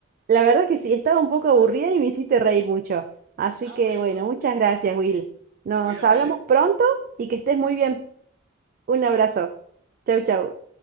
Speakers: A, on the right; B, on the right.
A: la verdad que sí, estaba un poco aburrida y me hiciste reír mucho. Así
B: Ah,
A: que
B: bueno,
A: bueno, muchas gracias, Will. Nos
B: cuídate.
A: hablamos pronto y que estés muy bien. Un
B: Chao.
A: abrazo. Chau, chau.